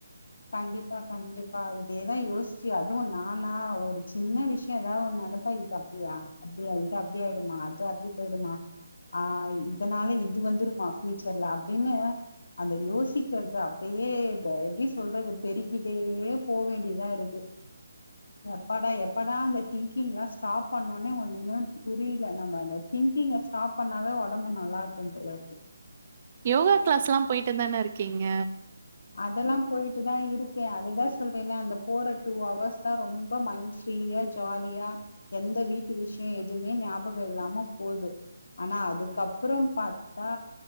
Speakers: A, on the left; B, on the right.
A: கண்டிப்பா கண்டிப்பா இதேதா யோசிச்சு அதுவு நானா ஒரு சின்ன விஷயம் ஏதாவது நடந்தா இது அப்டியா அப்டியா இது அப்டியயிடுமா அது அப்டி போயி்டமா ஆ இதனால இது வந்துருமா ஃபியயூச்சர்ல அப்டின்னு அந்த யோசிக்கிறது அப்டியே எப்டி சொ சொல்றது பெருக்கிட்டே போ வேண்டியதா இருக்கு எப்பாடா எப்படா அந்த திங்கிங் லா ஸ்டாப் பண்ணுனே ஒண்ணுமே புரில நம்ம அந்த திங்கிங்க ஸ்டாப் பண்ணாவே உடம்பு நல்லா இருக்கு போலருக்கு
B: யோகா கிளாஸ் லா போயிட்டு தான இருக்கீங்க
A: அதெல்லா போயிட்டு தா இருக்கே அதுதா சொல்றேனே அந்த போற டூ அவஹவர்ஸ் தா ரொம்ப மைண்ட் ஃப்ரீயா ஜாலியா எந்த வீட்டு விஷய எதுமே ஞாபகம் இல்லாம போகுது ஆனா அதுக்கப்பற பாத்தா